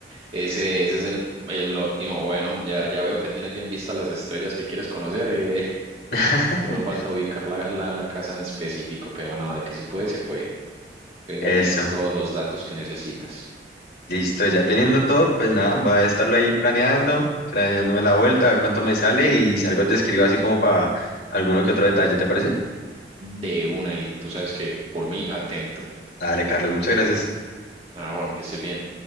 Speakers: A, on the right; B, on the left.
A: Ese, ese es el, el óptimo. Bueno, ya, ya veo que tienes bien vistas las estrellas que quieres conocer. eh.
B: <laughs>
A: Solo falta ubicar la, la, la casa en específico, pero no, de que se puede, se puede. Pues ya
B: Eso,
A: tienes todos los datos que necesitas.
B: listo, ya teniendo todo, pues nada, voy a estarlo ahí planeando, planeándome la vuelta, a ver cuánto me sale y si algo te escribo así como para alguno que otro detalle, ¿te parece?
A: De una, y tú sabes que por mí, atento.
B: Dale, Carlos, muchas gracias.
A: Nada, Juan, que estés bien.